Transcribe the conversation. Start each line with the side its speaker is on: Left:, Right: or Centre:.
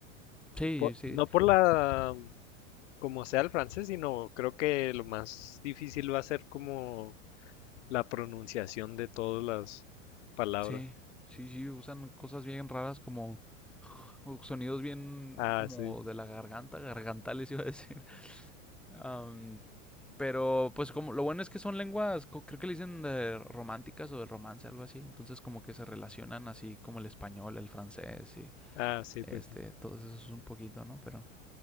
Centre: Sí,
Left: po-
Centre: sí,
Left: no por la, como sea el francés, sino creo que lo más difícil va a ser como la pronunciación de todas las palabras.
Centre: sí. Sí, sí, usan cosas bien raras como sonidos bien
Left: Ah,
Centre: como
Left: sí.
Centre: de la garganta, gargantales <laughs> iba a decir. Am, pero pues como lo bueno es que son lenguas, creo que le dicen de románticas o de romance, algo así. Entonces como que se relacionan así como el español, el francés y
Left: Ah, sí,
Centre: este,
Left: pues sí.
Centre: todos esos un poquito, ¿no? Pero,